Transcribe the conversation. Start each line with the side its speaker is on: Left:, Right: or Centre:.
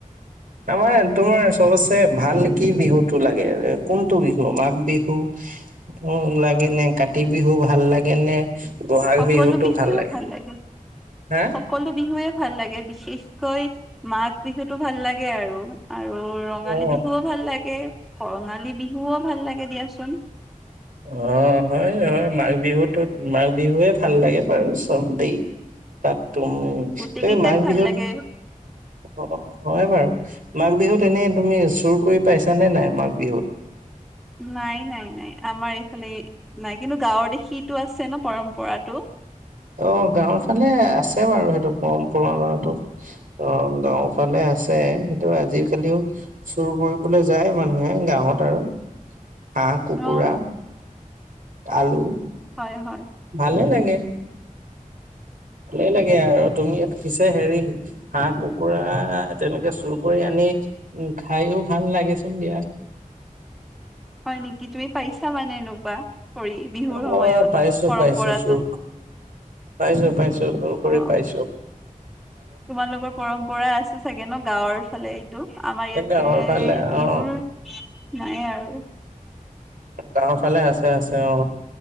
Right: আমাৰ তোমাৰ চবতছে ভাল কি বিহুটো লাগে কোনটো বিহু মাঘ বিহু উম, লাগে নে কাতি বিহু ভাল লাগে নে বহাগ
Centre: সকলো
Right: বিহুটো
Centre: বিহুৱে
Right: ভাল লাগে?
Centre: লাগে।
Right: হা?
Centre: সকলো বিহুৱে ভাল লাগে বিশেষকৈ মাঘ বিহুতো ভাল লাগে আৰু। আৰু ৰঙালী
Right: অ
Centre: বিহুও ভাল লাগে কঙালী বিহুও ভাল লাগে দিয়াচোন।
Right: অ', হয় হয় মাঘ বিহুতোত মাঘ বিহুৱে ভাল লাগে বাৰু চব দেই। তাত তুমি
Centre: গোটেই কেইটাই
Right: এই মাঘ
Centre: ভাল
Right: বিহুত
Centre: লাগে
Right: অ' হয় বাৰু। মাঘ বিহুত এনেই তুমি চুৰ কৰি পাইছানে নাই মাঘ বিহুত?
Centre: নাই নাই নাই আমাৰ এইফালে নাই কিন্তু গাঁৱৰ দেখিটো আছে ন পৰম্পৰাটো।
Right: অ', গাঁওৰ ফালে আছে বাৰু সেইটো পৰম্পৰাটো। অ', গাঁও ফালে আছে সেইটো আজিকালিও চুৰ কৰিবলৈ যায় মানুহে গাঁৱত আৰু হাঁহ কুকুৰা।
Centre: অ
Right: আলু।
Centre: হয়, হয়।
Right: ভালে লাগে ভালে লাগে আৰু তুমি পিছে হেৰি। হাঁহ, কুকুৰা তেনেকে চুৰ কৰি আনি উ খাইও ভাল লাগেচোন দিয়া।
Centre: হয় নেকি তুমি পইচা মানে এনেকুৱা। কৰি বিহুৰ
Right: মই
Centre: সময়ত
Right: পাইছো
Centre: পৰম্পৰাটো
Right: পাইছো চুখ। পাইছোঁ পাইছোঁ চুৰ কৰি
Centre: অ
Right: পাইছোঁ।
Centre: তোমালোকৰ পৰম্পৰা আছে চাগে ন গাঁৱৰ ফালে এইটো আমাৰ ইয়াতে
Right: এই গাঁৱৰ ফালে অ
Centre: এইবোৰ। নাই আৰু।
Right: গাওঁ ফালে আছে আছে অ